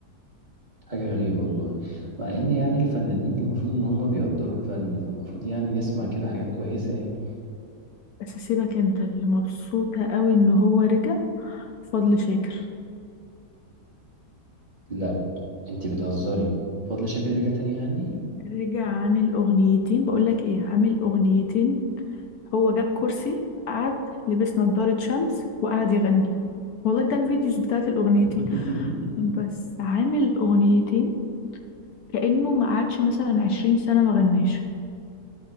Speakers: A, on the right; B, on the left.
A: حاجة غريبة والله مع إن يعني الفنانين المفروض إن هما بيقدروا الفن فالمفروض يعني نسمع كده حاجات كويسة يعني
B: بس سيبك انت اللي مبسوطة قوي ان هو رجع فضل شاكر
A: لا أنتي بتهزري فضل شاكر يرجع تاني يغني
B: رجع عامل اغنيتين بقولك ايه عامل اغنيتين هو جاب كرسي قعد لبس نضارة شمس وقعد يغني والله ده الفيديوز بتاعت الاغنيتين
A: <laughs>
B: بس عامل اغنيتين كأنه ما قعدش مثلا عشرين سنة ما غناش